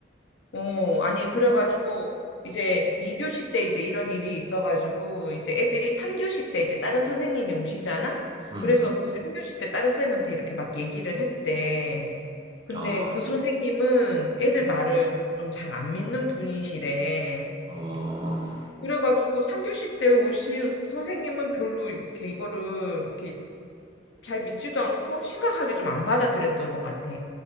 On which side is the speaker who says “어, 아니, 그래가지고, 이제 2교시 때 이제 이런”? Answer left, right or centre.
Left